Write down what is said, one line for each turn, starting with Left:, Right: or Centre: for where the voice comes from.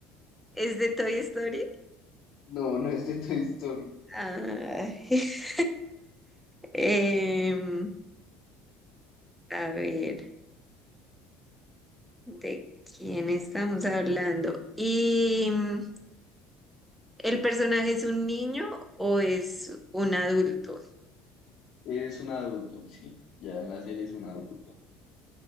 Centre: es de Toy Story.
Left: No, no es de Toy Story.
Centre: Ah. <laughs> Em, A ver, ¿de quién estamos hablando? ¿Y mm, el personaje es un niño o es un adulto?
Left: Es un adulto, sí. Ya en la serie es un adulto.